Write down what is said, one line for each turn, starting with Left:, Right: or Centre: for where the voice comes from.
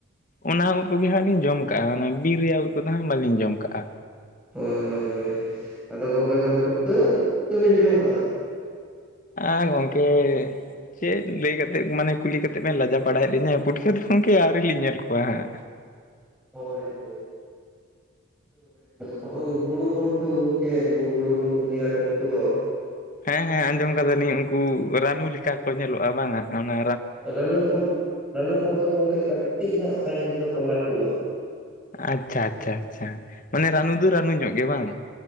Left: ᱚᱱᱟ ᱩᱫ ᱠᱚᱜᱮ ᱦᱟᱸᱜ ᱞᱤᱧ ᱡᱚᱢ ᱠᱟᱜᱼᱟ ᱚᱱᱟ ᱵᱤᱨ ᱨᱮᱭᱟᱜ ᱩᱞ ᱠᱚᱫᱚ ᱦᱟᱸᱜ ᱵᱟᱹᱞᱤᱧ ᱡᱚᱢ ᱠᱟᱜᱼᱟ
Centre: ᱦᱳᱭ ᱦᱳᱭ ᱦᱳᱭ ᱟᱫᱚ ᱜᱚᱢᱠᱮ ᱛᱟᱦᱚᱞᱮ ᱯᱷᱩᱴᱠᱟᱹ ᱯᱷᱩᱴᱠᱟᱹᱵᱮᱱ ᱡᱚᱢ ᱠᱟᱜᱼᱟ
Left: ᱟᱨ ᱜᱚᱝᱠᱮ ᱪᱮᱫ ᱞᱟᱹᱭ ᱠᱟᱛᱮᱫ ᱢᱟᱱᱮ ᱠᱩᱞᱤ ᱠᱟᱛᱮᱫ ᱞᱟᱡᱟ ᱵᱟᱲᱟᱭᱮᱫ ᱞᱤᱧᱟᱹ ᱯᱩᱴᱠᱟᱹᱫᱚ ᱜᱚᱢᱠᱮ ᱟᱹᱣᱨᱤ ᱞᱤᱧ ᱧᱮᱞ ᱠᱚᱣᱟ ᱦᱟᱸᱜ
Centre: ᱦᱚᱭ ᱠᱚ ᱜᱩᱲᱩ ᱵᱩᱱᱴᱩ ᱠᱚ ᱩᱱ ᱜᱩᱲᱩ ᱵᱩᱱᱴᱩ ᱜᱮᱭᱟ ᱠᱚ ᱩᱱᱠᱩ ᱫᱚ
Left: ᱦᱮᱸ ᱦᱮᱸ ᱟᱸᱡᱚᱢ ᱠᱟᱫᱟᱞᱤᱧ ᱩᱱᱠᱩ ᱨᱟᱱᱩ ᱞᱮᱠᱟ ᱠᱚ ᱧᱮᱞᱚᱜᱼᱟ ᱵᱟᱝᱟ ᱚᱱᱟ
Centre: ᱨᱟᱱᱩ ᱠᱚ ᱨᱟᱱᱩ ᱠᱚ ᱫᱚ ᱜᱚᱝᱠᱮ ᱠᱟᱹᱴᱤᱡ ᱦᱟᱸᱜ ᱥᱟᱭᱤᱡ ᱨᱮᱫᱚ ᱠᱚ ᱞᱟᱹᱴᱩᱜᱼᱟ
Left: ᱟᱪᱷᱟ ᱟᱪᱷᱟ ᱟᱪᱷᱟ ᱢᱟᱱᱮ ᱨᱟᱱᱩ ᱫᱚ ᱨᱟᱱᱩ ᱧᱚᱜ ᱜᱮ ᱵᱟᱝ